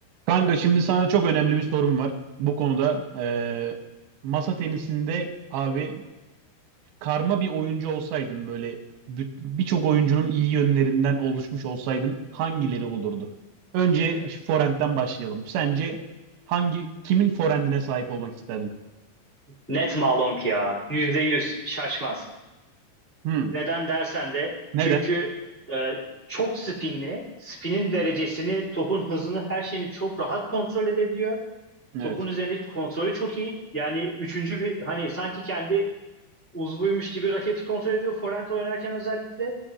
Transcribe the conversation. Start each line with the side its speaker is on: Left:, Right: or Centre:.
Right: Kanka şimdi sana çok önemli bir sorum var. Bu konuda eee, masa tenisinde abi karma bir oyuncu olsaydın böyle bü- birçok oyuncunun iyi yönlerinden oluşmuş olsaydın hangileri olurdu? Önce şu forehand'den başlayalım. Sence hangi kimin forehand'ine sahip olmak isterdin?
Centre: Net Malonk ya. Yüzde yüz. Şaşmaz.
Right: Hmm.
Centre: Neden dersen de
Right: Neden?
Centre: çünkü e, çok spinli. Spinin derecesini, topun hızını, her şeyini çok rahat kontrol edebiliyor.
Right: Evet.
Centre: Topun üzerindeki kontrolü çok iyi. Yani üçüncü bir hani sanki kendi uzvuymuş gibi raketi kontrol ediyor. Forehand oynarken özellikle